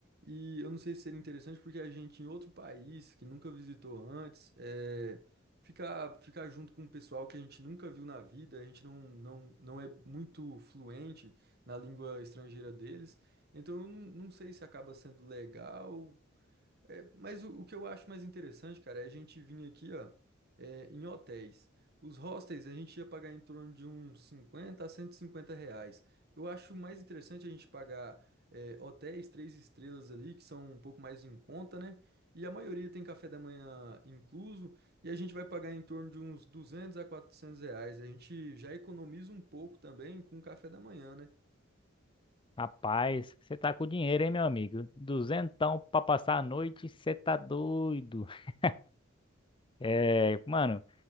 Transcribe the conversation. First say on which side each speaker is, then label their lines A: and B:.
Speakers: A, on the right; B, on the left.
A: E eu não sei se seria interessante porque a gente em outro país que nunca visitou antes, é, ficar ficar junto com um pessoal que a gente nunca viu na vida, a gente não, não, não é muito fluente na língua estrangeira deles. Então eu não, não sei se acaba sendo legal é, mas o, o que eu acho mais interessante, cara, é a gente vir aqui, ó, é, em hotéis. Os hostels a gente ia pagar em torno de uns 50 a 150 reais. Eu acho mais interessante a gente pagar é, hotéis três estrelas ali, que são um pouco mais em conta, né? E a maioria tem café da manhã incluso, e a gente vai pagar em torno de uns 200 a 400 reais. A gente já economiza um pouco também com o café da manhã, né?
B: Rapaz, você tá com dinheiro, hein, meu amigo? Duzentão pra passar a noite, você tá doido. <laughs> É, mano,